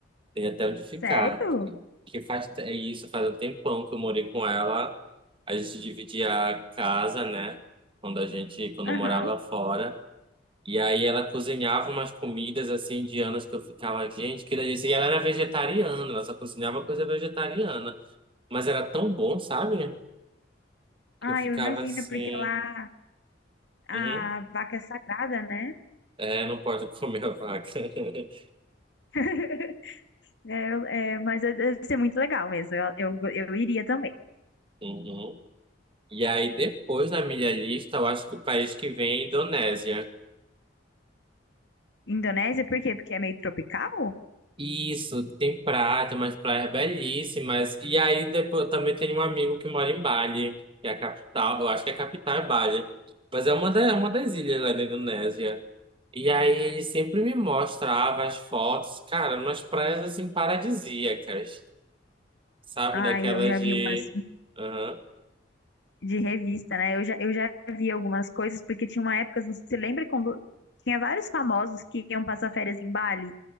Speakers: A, on the right; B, on the left.
A: Tem até onde ficar.
B: Sério?
A: Que faz te- isso, faz um tempão que eu morei com ela. A gente dividia a casa, né? Quando a gente, quando
B: Aham.
A: eu morava fora. E aí ela cozinhava umas comidas assim indianas que eu ficava, gente, que delícia. E ela era vegetariana, ela só cozinhava coisa vegetariana. Mas era tão bom, sabe? Que
B: Ah,
A: eu ficava
B: eu imagino,
A: assim.
B: porque lá A
A: uhum.
B: vaca é sagrada, né?
A: É, não pode <laughs> comer a vaca. <laughs>
B: <laughs> É, é, mas é- deve ser muito legal mesmo. Eu, eu, eu iria também.
A: Uhum. E aí, depois na minha lista, eu acho que o país que vem é a Indonésia.
B: Indonésia, por quê? Porque é meio tropical?
A: Isso, tem praia, tem umas praias belíssimas. E aí, depois, eu também tenho um amigo que mora em Bali, que é a capital. Eu acho que é a capital é Bali. Mas é uma, da, é uma das ilhas lá da Indonésia. E aí, ele sempre me mostrava as fotos, cara, umas praias assim paradisíacas, sabe?
B: Ai,
A: Daquelas
B: eu já
A: de.
B: vi umas.
A: Aham,
B: de revista, né? Eu já, eu já vi algumas coisas, porque tinha uma época, você lembra quando tinha vários famosos que iam passar férias em Bali?